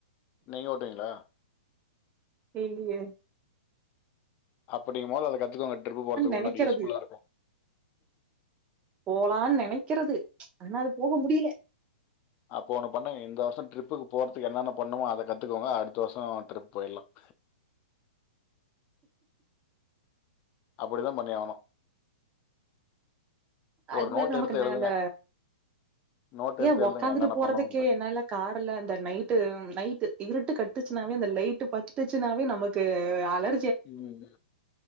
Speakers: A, on the left (about 30°); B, on the right (about 20°).
A: நீங்க ஓட்டுவீங்களா
B: இலே
A: அப்படி நீங்க மொதகத்துக்குங்க ட்ரிப் போறதுக்கு முன்னாடி
B: நெனைக்கிறது
A: முன்னாடி யூஸ் ஃபுல்லா இருக்கும்
B: போலான்னு நெனைக்கிறது ஆனா அது போக முடியல
A: அப்ப ஒண்ணுபண்ணுங்க இந்த வருஷம் ட்ரிப் ட்ரிப்புக்கு போறதுக்கு என்னென்ன பண்ணுமோ அதை கத்துக்கோங்க அடுத்த வருஷம் ட்ரிப் போயிடலாம் அப்படிதான் பண்ணி ஆவணும்.
B: அது
A: ஒரு நோட்
B: வேற நமக்கு
A: எடுத்து
B: என்ன
A: எழுதுங்க.
B: அந்த
A: நோட் எடுத்து
B: ஏன்
A: எழுதுங்க
B: உக்காந்துட்டு
A: என்னென்ன
B: போறதுக்கே
A: பண்ணணுன்ட்டு.
B: என்னாலே கார்ல அந்த நைட்டு நைட்டு இவரு கட்டுச்சுனாவே அந்த லைட் பட்டுர்ச்சுனாவே நமக்கு அல
A: உம்